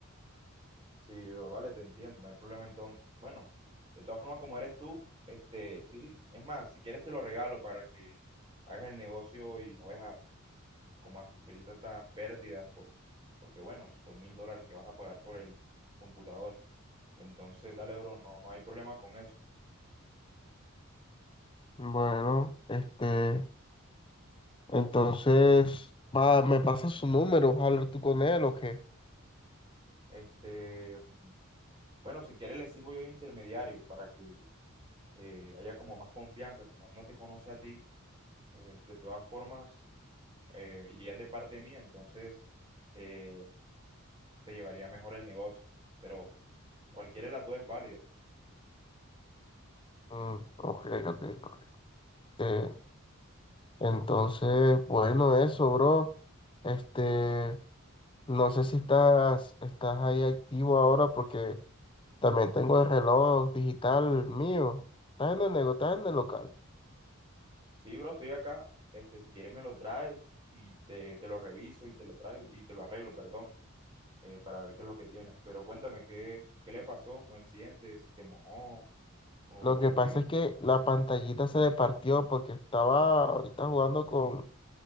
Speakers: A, on the right (about 25°); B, on the left (about 25°).
A: Sí, bro, vale, te entiendo. No hay problema entonces. Bueno, De todas formas, como eres tú, este, sí. Es más, si quieres te lo regalo para que hagas el negocio y no veas como a sufrir tantas pérdidas, por- porque bueno, son mil dólares que vas a pagar por el computador. Entonces, dale, bro, no, no hay problema con eso.
B: Bueno, este, entonces, va, me pasa su número, vas a hablar tú con él o qué.
A: Este, bueno, si quieres le sirvo yo de intermediario para que eh, haya como más confianza, como no te conoce a ti, eh, de todas formas, eh, irías de parte mía, entonces eh, se llevaría mejor el negocio. Pero cualquiera de las dos es válida.
B: Mm, ok, ok, ok. Este, entonces, bueno, eso, bro. Este, no sé si estás, estás ahí activo ahora porque también tengo el reloj digital mío. Estás en el nego- estás en el local.
A: Sí, bro, estoy acá. Este, si quieres me lo traes y te, te lo reviso y te lo traigo y te lo arreglo, perdón, eh, para ver qué es lo que tienes. Pero cuéntame, ¿qué, qué le pasó? ¿No enciende? ¿Se te mojó? ¿O,
B: Lo que
A: o
B: pasa
A: qué?
B: es que la pantallita se le partió porque estaba ahorita jugando con,